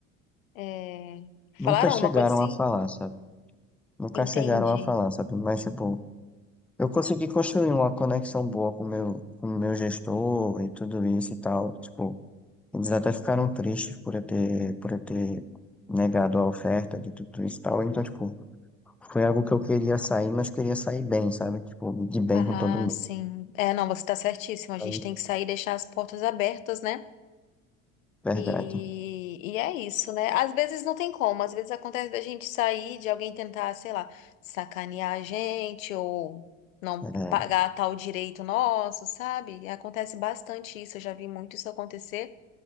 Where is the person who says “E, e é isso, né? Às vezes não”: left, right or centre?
Left